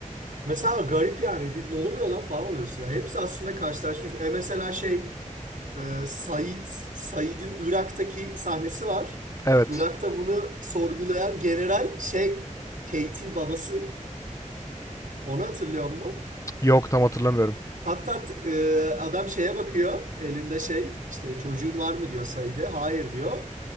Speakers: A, on the right (about 85°); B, on the left (about 25°).
A: Mesela garip yani ne oluyor lan falan oluyorsun ya. Hepsi aslında karşılaşmış. E mesela şey e, Said, Said'in Irak'taki sahnesi var.
B: Evet.
A: Irak'ta bunu sorgulayan general şey Kate'in babası onu hatırlıyor musun?
B: Yok tam hatırlamıyorum.
A: Hatta t- e, adam şeye bakıyor elinde şey işte çocuğun var mı diyor Said'e. Hayır diyor.